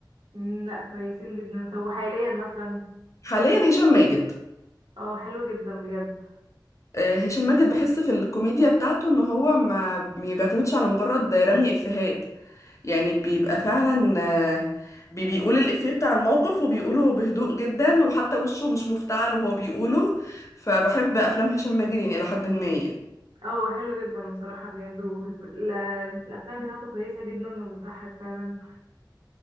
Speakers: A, on the right; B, on the left.
A: مم، لا كويسين جدا طب وحاليا مثلا
B: حاليا هشام ماجد
A: اه حلو جدا بجد
B: آه، هشام ماجد بحس في الكوميديا بتاعته إن هو ما ما بيعتمدش على مجرد رمي إفيهات يعني بيبقى فعلا آه، بي- بيقول الإفيه بتاع الموقف وبيقوله بهدوء جدا وحتى وشه مش مفتعل وهو بيقوله فبحب أفلام هشام ماجد يعني إلى حد ما يعني
A: اه حلو جدا بصراحه بجد وال- ال- الافلام بتاعته كويسه جدا وبتضحك فعلا